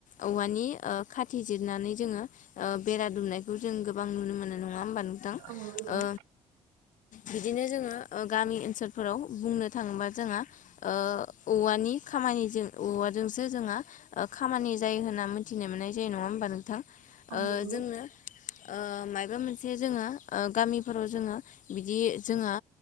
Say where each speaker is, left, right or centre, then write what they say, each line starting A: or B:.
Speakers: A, on the left; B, on the right.
A: औवानि ओ खाथि जिरनानै जोङो ओ बेरा दुमनायखौ जों गोबां नुनो मोननाय नङा होमबा नोंथां।
B: औ नोंगौ।
A: ओ बिदिनो जोङो ओ गामि ओनसोलफोराव बुंनो थाङोबा जोंहा ओ औवानि खामानिजों औवाजोंसो जोंहा ओ खामानि जायो होनना मोनथिनो मोननाय जायो नङा होम बा नोंथां
B: औ
A: ओ
B: नंगौ
A: जोंनो ओ मायबा मोनसे जोङो ओ गामिफोराव जोङो बिदि जोंहा